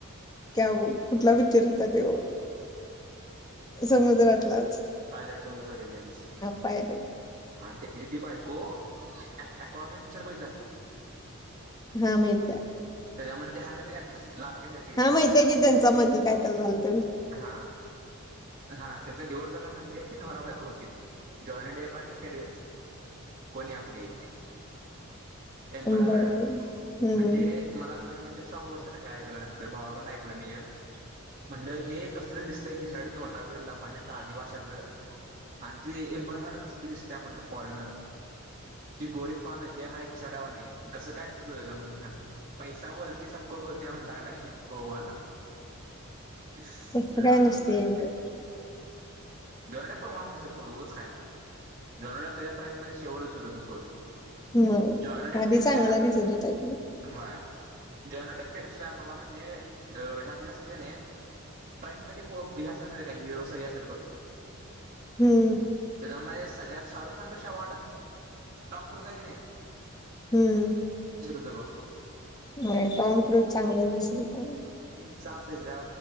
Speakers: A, on the left; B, on the right.
A: क कुठला पिक्चर होता तो समुद्रातला
B: pirates of the Caribbeans
A: pirate
B: आणि ते ती बायको आक्वारमेंट पिक्चर बघितलं आहेस का
A: हा माहित
B: त्याच्यामध्ये ते आहे माहित आहे का लाल केसाची
A: हा माहीत आहे की त्याच्या मध्ये काय तर झालेलं
B: हा हा त्यांचा डिवोर्स झाला म्हणजे ते नवरा बायको होते जॉनी डे पानी केड कोणी आपली टेम्पर हार्ड
A: बरं हम्म
B: म्हणजे मला दोन मिनिट हे ऐ नंतर भावाकड ऐकलं मी हे म्हटल हे कस दिसतय घिसाड तोंडाच लमाण्याचं आदिवाशाच आणि ते एंबरहार्ड कस दिसतीया म्हटल फॉरेनर ती गोरी पान हे हाय सड्यावाणी कसं काय जुळल म्हणल पैसा बोलते सबको बोलते म्हणायला लागलाय भाऊ माझा. <unintelligible>
A: तसं काय नसते एवढं
B: जॉनडा पण वाण तस सोड उगंच काय जॉनडा त्याच्या प्राईम मध्ये शेवट सुरू होत सोड.
A: मग
B: जॉनडेपेक्षा
A: आधी चांगला दिसत होता कि
B: व्हय जॉन डे पेक्षा मला म्हणजे अ ह्यातली असत्यात क नि प्राईम मध्ये हे असत्यात माहीत काय हिरो सगळी असत्यात बघ <unintelligible>
A: हम्म
B: त्याच्यामध्ये सगळ्यात शाहरुख खानपेक्षा वांड टॉम क्रुझ हाय क नि.
A: हम्म
B: दबंग
A: हो टॉम क्रुज चांगले दिसल पण
B: साथ जा